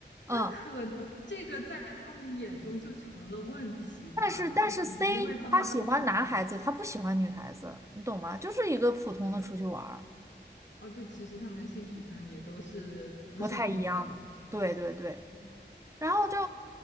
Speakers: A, on the right; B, on the left.
A: 嗯，
B: 那可能这个在他们眼中就成了问题吧，
A: 但是但是
B: 就可能因为他们都是同，
A: C 他喜欢男孩子，他不喜欢女孩子，你懂吗？就是一个普通的出去玩儿，
B: 哦，就其实他们性取向也都是不是彼此的，
A: 不太一样的，对对对，
B: <laughs>
A: 然后就